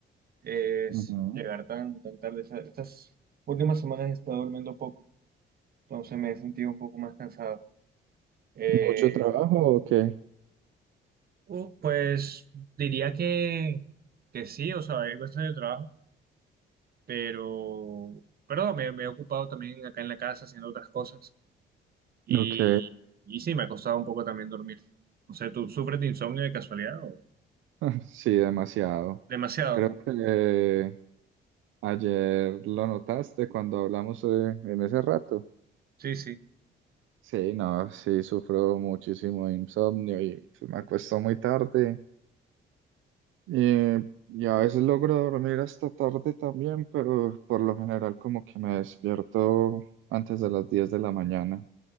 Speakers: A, on the right; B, on the right.
A: Es
B: Ujú.
A: llegar tan, tan tarde. Esta- Estas últimas semanas he estado durmiendo poco, entonces me he sentido un poco más cansado. Eh,
B: ¿Mucho trabajo o qué?
A: uh, pues diría que, que sí, o sea, hay cuestiones de trabajo, pero, pero no, me, me he ocupado también acá en la casa haciendo otras cosas y,
B: Ok,
A: y sí, me ha costado un poco también dormir. No sé, ¿tú sufres de insomnio de casualidad o...?
B: <laughs> sí, demasiado.
A: Demasiado.
B: Creo que ayer lo notaste cuando hablamos eh, en ese rato.
A: Sí, sí.
B: Sí, no, sí, sufro muchísimo de insomnio y pues, me acuesto muy tarde. Eh, y a veces logro dormir hasta tarde también, pero por lo general como que me despierto antes de las 10 de la mañana.